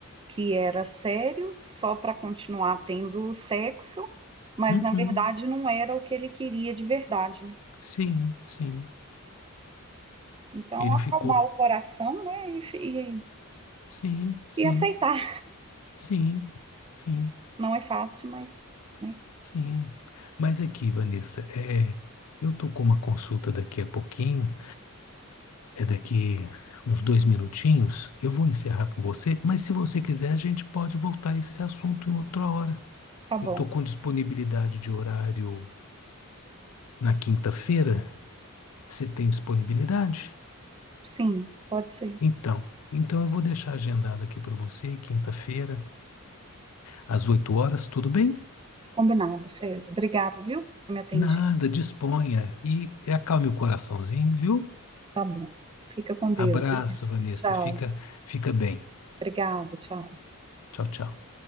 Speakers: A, on the right; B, on the left.
A: que era sério só para continuar tendo sexo, mas
B: Uhum.
A: na verdade não era o que ele queria de verdade, né?
B: Sim, sim.
A: Então,
B: Ele
A: acalmar
B: ficou.
A: o coração, né, e, e
B: Sim, sim,
A: e aceitar.
B: sim, sim,
A: Não é fácil, mas, né?
B: sim. Mas aqui, Vanessa, é, eu tô com uma consulta daqui a pouquinho, é daqui uns dois minutinhos. Eu vou encerrar com você, mas se você quiser, a gente pode voltar a esse assunto em outra hora.
A: Tá bom.
B: Eu tô com disponibilidade de horário na quinta-feira. Você tem disponibilidade?
A: Sim, pode ser.
B: Então, então eu vou deixar agendado aqui para você, quinta-feira, às 8 horas, tudo bem?
A: Combinado, feza. Obrigado, viu? Que me atendi.
B: Nada, disponha e acalme o coraçãozinho, viu?
A: Tá bom. Fica com Deus.
B: Abraço,
A: Obrigada.
B: Vanessa.
A: Tchau.
B: Fica, fica bem.
A: Obrigada, tchau.
B: Tchau, tchau.